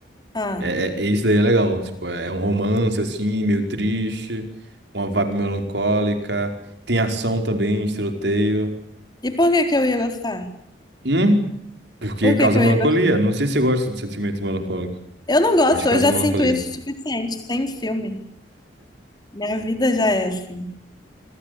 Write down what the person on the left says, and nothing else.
Ah,
e por que que eu ia gostar?
Por
que que eu
ia gostar?
Eu não gosto,
eu já
sinto isso o suficiente, sem filme. Minha vida já é assim.